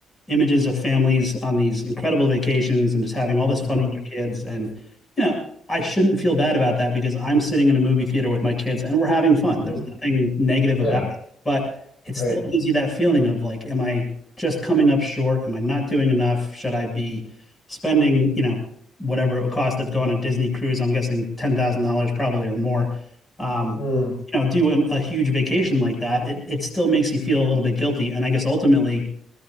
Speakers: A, on the left; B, on the left.
A: images of families on these incredible vacations and just having all this fun
B: hmm
A: with their kids. And, you know, I shouldn't feel bad about that because I'm sitting in a movie theater with my kids and we're having fun.
B: hmm
A: There's nothing negative about
B: Yeah.
A: it, but it still
B: Right.
A: gives you that feeling of like, am I just coming up short? Am I not doing enough? Should I be spending, you know, whatever it would cost to go on a Disney cruise, I'm guessing $10,000 probably or more. Um,
B: Mm,
A: you know, do an, a huge vacation like that, it, it still makes you feel a little bit guilty. And I guess ultimately,